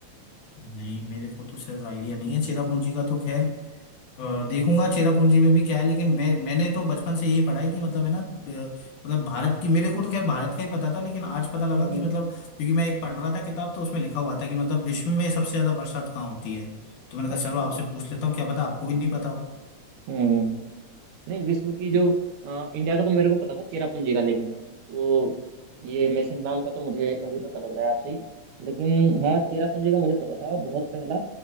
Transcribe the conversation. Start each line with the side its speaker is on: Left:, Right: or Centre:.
Left: नहीं मेरे को तो सर आइडिया नहीं है चेरापूंजी का तो खैर अ, देखूंगा चेरापूंजी में भी क्या है लेकिन मैं मैंने तो बचपन से यही पढ़ा है कि मतलब है ना अ, मतलब भारत की मेरे को तो खैर भारत का ही पता था लेकिन आज पता लगा
Right: हम्म
Left: कि मतलब क्योंकि मैं एक पढ़ रहा था किताब तो उसमें लिखा हुआ था कि मतलब विश्व में सबसे ज्यादा बरसात कहाँ होती है तो मैंने कहा
Right: अच्छा
Left: चलो आपसे पूछ लेता हूँ क्या पता आपको भी नहीं पता हो
Right: हम्म नहीं विश्व की जो अ, इंडिया का तो मेरे को पता था चेरापूंजी का लेकिन वो ये मेसिन नाम का तो मुझे अभी पता लग रहा है आपसे ही लेकिन हाँ चेरापूंजी का मुझे पता था बहुत पहला